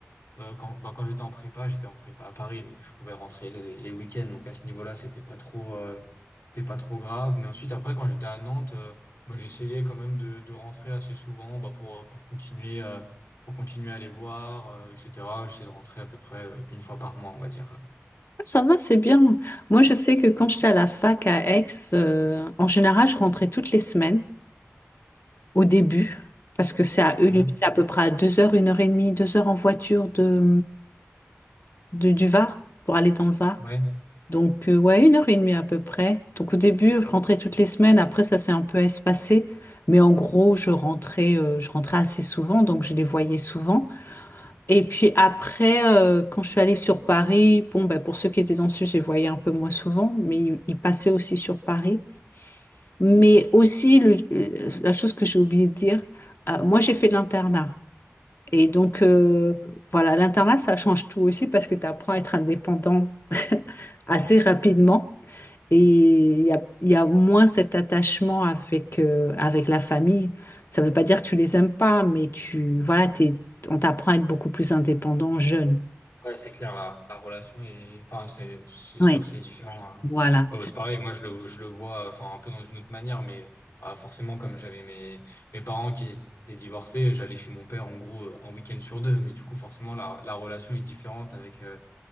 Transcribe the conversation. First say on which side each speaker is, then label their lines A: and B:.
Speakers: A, on the left; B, on the left.
A: euh, quand bah, quand j'étais en prépa, j'étais en prépa à Paris, donc je pouvais rentrer les, les week-ends. Donc à ce niveau-là, c'était pas trop, euh, c'était pas trop grave. Mais ensuite, après, quand j'étais à Nantes, euh, bah, j'essayais quand même de, de rentrer assez souvent bah, pour, pour continuer, euh, pour continuer à les voir, euh, etc. J'essayais de rentrer à peu près euh, une fois par mois, on va dire.
B: Ça va, c'est bien. Moi, je sais que quand j'étais à la fac à Aix, euh, en général, je rentrais toutes les semaines. au début, parce que c'est à,
A: Ok.
B: une- c'est à peu près à 2 heures, une heure et demie, 2 heures en voiture de, de- du Var pour aller dans le Var.
A: Ouais.
B: Donc, euh, ouais, une heure et demie à peu près. Donc, au début, je rentrais toutes les semaines. Après, ça s'est un peu espacé. Mais en gros, je rentrais, euh, je rentrais assez souvent, donc je les voyais souvent. Et puis après, euh, quand je suis allée sur Paris, bon, ben, pour ceux qui étaient dans le sud, je les voyais un peu moins souvent, mais ils ils passaient aussi sur Paris. Mais aussi, le- euh, la chose que j'ai oublié de dire, euh, moi j'ai fait de l'internat. Et donc, euh, voilà, l'internat, ça change tout aussi parce que tu apprends à être indépendant <laughs> assez rapidement. Et il y a, il y a moins cet attachement avec, euh, avec la famille. Ça ne veut pas dire que tu les aimes pas, mais tu, voilà, t'es- on t'apprend à être beaucoup plus indépendant jeune.
A: Ouais, c'est clair, la, la relation est, enfin, c'est, c'est
B: Oui.
A: sûr, c'est différent. hein.
B: Voilà.
A: Ouais, bah, c'est pareil, moi, je le, je le vois, enfin, un peu dans une autre manière, mais ah, forcément, comme j'avais mes, mes parents qui étaient divorcés, j'allais chez mon père, en gros, euh, un week-end sur deux, mais du coup, forcément, la, la relation est différente avec, euh,